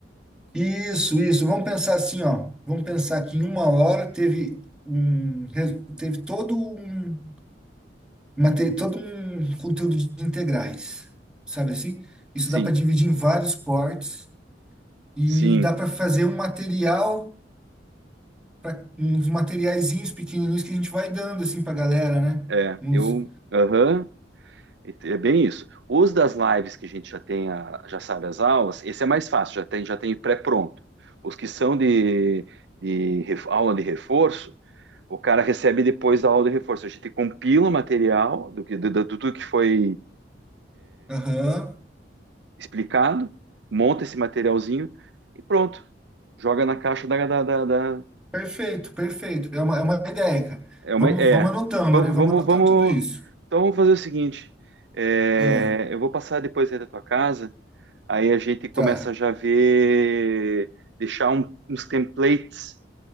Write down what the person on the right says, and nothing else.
Sim,
sim,
é.
Eu. Aham. É bem isso. Os das lives que a gente já tem, a- já sabe as aulas, esse é mais fácil, já tem, já tem pré-pronto. Os que são de, de ref- aula de reforço, o cara recebe depois da aula de reforço. A gente compila o material do que, do, do, do tudo que foi
explicado, monta esse materialzinho e pronto. Joga na caixa da, da, da- da-
É uma.
É.
Vamos,
vamos,
vamos.
Então vamos fazer o seguinte. é,
eu vou passar depois aí da tua casa. Aí a gente começa
já a ver, deixar um- uns templates